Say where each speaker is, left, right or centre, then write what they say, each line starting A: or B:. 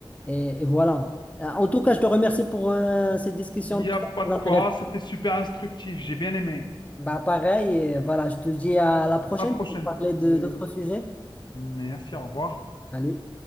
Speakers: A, on the left; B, on the left.
A: et, et voilà. Euh, En tout cas, je te remercie pour euh, cette discussion
B: Il n'y
A: très
B: a pas
A: très
B: de
A: intéressante.
B: quoi. C'était super instructif. J'ai bien aimé.
A: Bah, pareil, et voilà, je te dis à la prochaine
B: À la prochaine.
A: pour parler de
B: Oui.
A: d'autres sujets.
B: Merci, au revoir.
A: Salut.